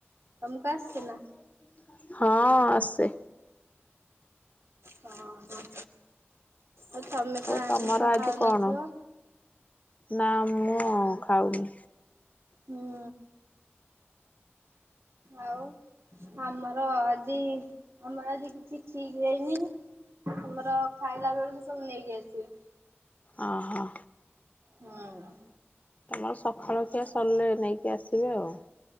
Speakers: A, on the right; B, on the left.
A: ତମକୁ ଆସେ
B: <inaudible>
A: ନା?
B: ହଁ ଆସେ।।
A: ହଁ ହଁ। ଆଉ ତମେ ତ
B: ତମର
A: ଆଇଷ
B: ଆଜି
A: ଖାଉନଥିବ?
B: କଣ ନା ମୁଁ ଖାଉନି।
A: ହୁଁ ଆଉ ଆମର ଆଜି ଆମର ଆଜି କିଛି ଠିକ ହେଇନି ଆମର ଖାଇଲା ବେଳକୁ ସବୁ ନେଇକି ଆସିବେ।
B: ଓହୋ।
A: ହଁ।
B: ତମର ସକାଳ ଖିଆ ସରିଲେ ନେଇକି ଆସିବେ ଆଉ